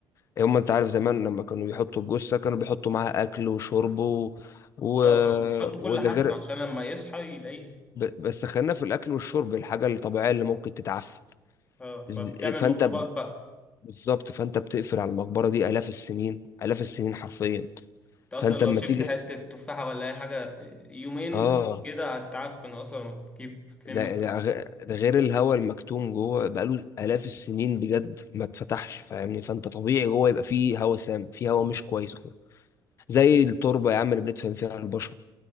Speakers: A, on the left; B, on the left.
A: إيه، هم أنت عارف زمان لما كانوا بيحطوا الجثة كانوا بيحطوا معاها أكل وشرب و... و...
B: اه اه بيحط كل
A: وده
B: حاجته
A: غير
B: عشان لما يصحى يلاقيها
A: ب- بس خلينا في الاكل والشرب الحاجه الطبيعيه اللي ممكن تتعفن
B: اه فبتعمل
A: ز- فانت
B: ميكروبات بقى
A: بالظبط فانت بتقفل على المقبره دي الاف السنين الاف السنين حرفيا
B: انت اصلا
A: فانت
B: لو
A: اما
B: شلت
A: تيجي
B: حتة تفاحة ولا اي حاجة يومين
A: اه
B: كده هتعفن اصلا وتجيب تلم
A: ده
B: حاجة
A: ده غ- ده غير الهواء المكتوم جوه بقاله الاف السنين بجد ما اتفتحش فاهمني فانت طبيعي جوه يبقى فيه هواء سام فيه هواء مش كويس جوه زي التربه يا عم اللي بندفن فيها البشر